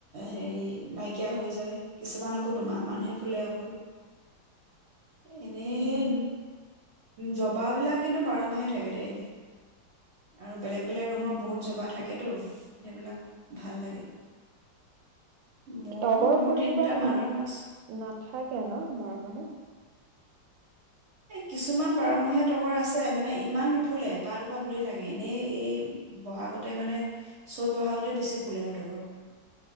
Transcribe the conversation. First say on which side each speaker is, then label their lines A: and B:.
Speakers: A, on the right; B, on the right.
A: হেৰি নাইকিয়া হৈ যায়, কিছুমান আকৌ দুমাহমানহে ফুলে অকল। এনেহে
B: উম,
A: জবাবিলাক কিন্তু বাৰ মাহে থাকে দেই। আৰু বেলেগ-বেলেগ ৰঙৰ
B: উম,
A: বহুত
B: উম
A: জবা থাকেতো। সেইবিলাক ভাল লাগে। মোৰ
B: তগৰ
A: মোৰ
B: ফুলজোপা
A: তিনটামান
B: নাথাক
A: ৰঙৰ আছে
B: ক না বাৰ মাহে?
A: কিছুমান বাৰমহীয়া তগৰ আছে মানে ইমান নুফুলে, এপাহ দুপা ফুলি থাকে। এনেই এই বহাগতে মানে চ'ত বহাগতে বেছি ফুলে আৰু তগৰ ফুল